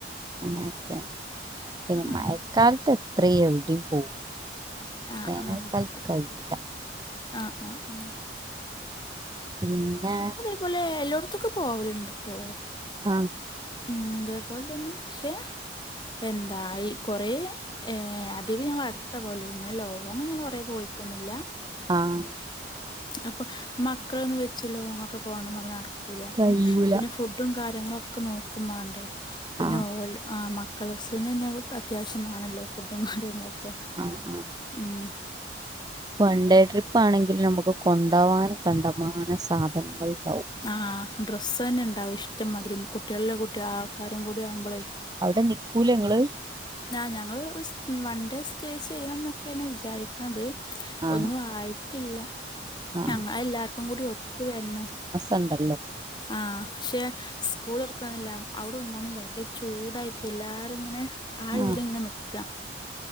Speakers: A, on the right; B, on the left.
A: അങ്ങനെയൊക്കെ പിന്നെ
B: ആഹ്
A: മഴക്കാലത്ത് എത്ര എവിടെയും പോവും.
B: ആഹ്
A: വേനാൽക്കാലത്ത്
B: ആഹ്
A: കയ്യൂല.
B: ആഹ് ആഹ് ആഹ്.
A: പിന്നെ.
B: തുപോലെ എല്ലോടത്തക്കും പോവലുണ്ട് ട്ടോ.
A: അഹ്
B: ഉം അതേപോലെ തന്നെ പക്ഷെ എന്തായി കൊറേ. ഏഹ് അതികും ഞാ വട്ത്ത പോലെ ഇങ്ങ ലോങ് അങ്ങനെ കൊറേ പോയിട്ടൊന്നുല്ല.
A: ആഹ്.
B: അപ്പം മക്കളൊന്ന് വെച്ച് ലോങ്ങൊക്കെ പോണത് നടക്. കുളിയപ്പം
A: കഴിയൂല
B: പിന്നെ ഫുഡും കാര്യങ്ങളൊക്കെ നോക്കും മാണ്ടേ പിന്നെ
A: ആഹ്
B: ഓല് ആ മ- ക്കളസിന് അത്യാവശ്യമാണല്ലോ ഫുഡും കാര്യങ്ങളൊക്കെ
A: അഹ് അഹ്
B: ഉം
A: വൺ ഡേ ട്രിപ്പ് ആണെങ്കിലു നമക്ക് കൊണ്ടോവാന് കണ്ടമാനം സാധനങ്ങള് ഇണ്ടാവും.
B: ആഹ് ഡ്രസ്സെന്നെ ഇണ്ടാവും ഇഷ്ടംമാതിരി കുട്ട്യേളി ല്ല കുട്ടി ആൾക്കാരും കൂടി ആകുമ്പളെ.
A: ഔടെ നിക്കൂലെ ഇങ്ങള്.
B: ആഹ് ഞങ്ങള് വൺ ഡേ സ്റ്റേ ചെയ്യെണ ന്നൊക്കേണ് വിചാരി- ന്നത്
A: ആഹ്
B: ഒന്നു ആയിട്ടില്ല
A: ആഹ്
B: അ എല്ലാർക്കും കൂടി ഒത്തു വര്ണം.
A: കണ്ടല്ലോ
B: ആഹ് പഷെ സ്കൂളൊറ്ക്ക്ണ്ന്ന്ല്ല അവിടെ ഒന്നാമ ഭയങ്കര ചൂടായിട്ട് എല്ലാരു ഇങ്ങനെ. ആ
A: ആഹ്
B: തിലിങ്ങ് നിക്ക